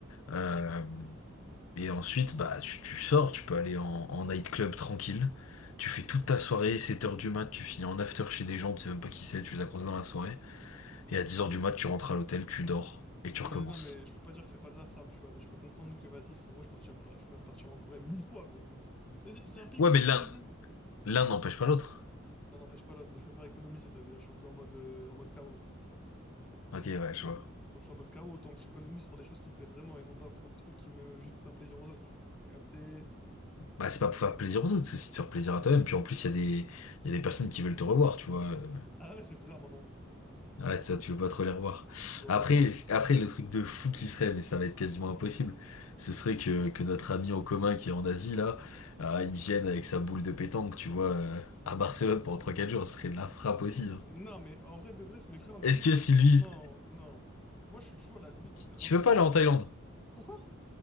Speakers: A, on the left; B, in the centre.
A: Euh, et ensuite, bah, tu, tu sors, tu peux aller en, en nightclub tranquille. Tu fais toute ta soirée, sept heures du mat, tu finis en after chez des gens, tu sais même pas qui c'est, tu les as croisés dans la soirée. Et à dix heures du mat, tu rentres à l'hôtel, tu dors, et tu
B: Non
A: recommences.
B: mais, non mais je peux pas dire que c'est pas de la frappe, tu vois, mais je peux comprendre que vas-y frérot, je partirais par- je préfère partir en Corée mille fois gros. C'est c'est un pays
A: Ouais,
B: qu'on
A: mais
B: n'a jamais
A: l'un,
B: vu.
A: l'un n'empêche pas l'autre.
B: L'un n'empêche pas l'autre, mais je préfère économiser, t'as vu, là je suis un peu en mode, euh, en mode KO, genre.
A: Ok, ouais, je vois.
B: Comme je suis en mode KO, autant que j'économise pour des choses qui me plaisent vraiment et non pas pour des trucs qui me... juste pour faire plaisir aux autres, tu vois. T'as capté?
A: Bah, c'est pas pour faire plaisir aux autres, c'est aussi de faire plaisir à toi-même. Puis en plus, il y a des, il y a des personnes qui veulent te revoir, tu vois. euh.
B: Ah ouais, c'est bizarre mon nom.
A: Ouais, ça, tu veux pas trop les revoir.
B: Non.
A: Après, après, le truc de fou qui serait, mais ça va être quasiment impossible, ce serait que, que notre ami en commun qui est en Asie, là, euh, il vienne avec sa boule de pétanque, tu vois, euh, à Barcelone pendant trois quatre jours, ce serait de la frappe aussi.
B: Non
A: hein.
B: mais en vrai de vrai, ce mec-là en
A: Est-ce
B: Asie, il
A: que
B: faudrait
A: si
B: qu'on le...
A: lui...
B: Non, non. Moi je suis chaud à la limite de
A: Tu
B: faire
A: tu
B: un truc,
A: veux pas
B: c'est
A: aller en
B: quoi?
A: Thaïlande?
B: Pourquoi?